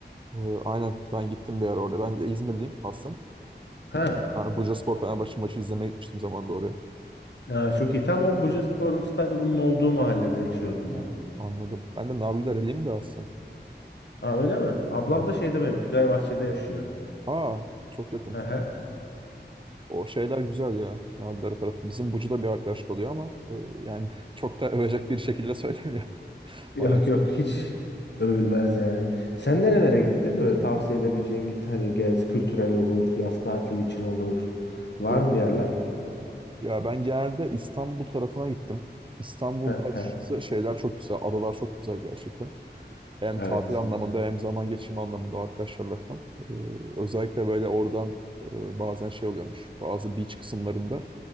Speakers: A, on the right (about 30°); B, on the left (about 75°).
A: Ee, aynen ben gittim bir ara orada. Ben de İzmirliyim aslım.
B: Ha.
A: Ben Bursaspor Fenerbahçe maçı izlemeye gitmiştim zamanında oraya.
B: Ha, çok iyi. Tam o Buca Spor'un stadyumunun olduğu mahallede yaşıyordum
A: Ha,
B: ben.
A: anladım. Ben de Narlıdereliyim de aslında.
B: Aa öyle mi? Ablam
A: Evet.
B: da şeyde benim Güzelbahçe'de yaşıyor.
A: Aa çok yakın.
B: Aha.
A: O şeyler güzel ya. Nargile tarafı. Bizim Bucu'da bir arkadaş kalıyor ama e, yani <laughs> çok da övecek bir şekilde söylemiyor <laughs>
B: Yok
A: maalesef.
B: yok hiç övülmez yani. Sen nerelere gittin? Böyle tavsiye edebileceğin git hani gez kültürel olur, yaz tatili için olur. Var
A: E,
B: mı bir yerler?
A: ya ben genelde İstanbul tarafına gittim. İstanbul'da
B: Hı
A: açıkçası
B: hı.
A: şeyler çok güzel. Adalar çok güzel gerçekten. Hem
B: Evet.
A: tatil anlamında hem zaman geçirme anlamında arkadaşlarla falan. E, özellikle böyle oradan e, bazen şey oluyormuş. Bazı beach kısımlarında